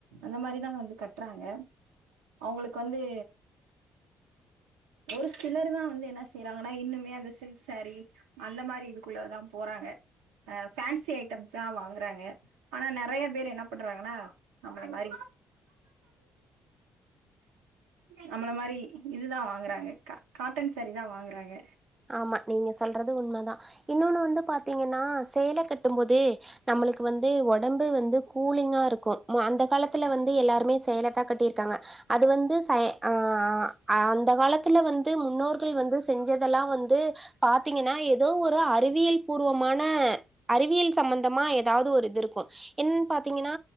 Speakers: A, on the right; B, on the right.
A: அந்த மாதிரிதாங்க வந்து கட்றாங்க அவுங்களுக்கு வந்து ஒரு சிலர் தா வந்து என்ன செய்யறாங்கனா இன்னுமே அந்த சில்க் சேரி அந்த மாரி இதுக்குள்ளதா போறாங்க அ ஃபேன்சி ஐட்டம்ஸ் தா வாங்குறாங்க ஆனா நெறைய பேரு என்ன பண்றாங்கனா நம்மள மாரி நம்மள மாரி இதுதா வாங்கறாங்க கா காட்டன் சேரீ தா வாங்குறாங்க
B: ஆமா நீங்க சொல்றது உண்மதா இன்னொன்னு வந்து பாத்தீங்கனா சேல கட்டு போது நம்மளுக்கு வந்து ஒடம்பு வந்து கூலிங்கா இருக்கு மு அந்த காலத்துல வந்து எல்லாருமே சேல தா கட்டியிருக்காங்க அது வந்து ச ஆ அந்த காலத்துல வந்து முன்னோர்கள் வந்து செஞ்ச இதெல்லா வந்து பாத்தீங்கனா ஏதோ ஒரு அறிவியல் பூர்வமான அறிவியல் சம்மந்தமா ஏதாவது ஒரு இது இருக்கு என்னன் பாத்தீங்கனா